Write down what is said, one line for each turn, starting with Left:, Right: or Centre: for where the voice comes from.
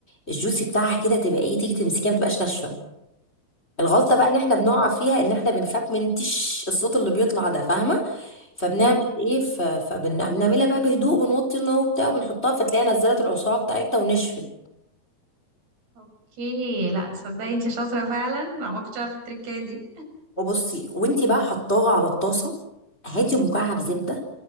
Left: الجوسي بتاعها كده تبقى ايه تيجي تمسكيها ما تبقاش ناشفه الغلطه
Right: اوكي
Left: بقى اللي احنا بنقع فيها ان احنا بنخاف من تش الصوت اللي بيطلع ده فاهمه فبنعمل
Right: مم.
Left: ايه ف... فبنعملها بقى بهدوء بنوطي النار وبتاع وبنحطها فتلاقيها نزلت العصاره بتاعتها ونشفت
Right: اوكي لا صدقي انت شاطرة فعلا لا ما كنتش عارفة التركية دي
Left: وبصي وانتي بقى حطاها على الطاسه هاتي مكعب زبده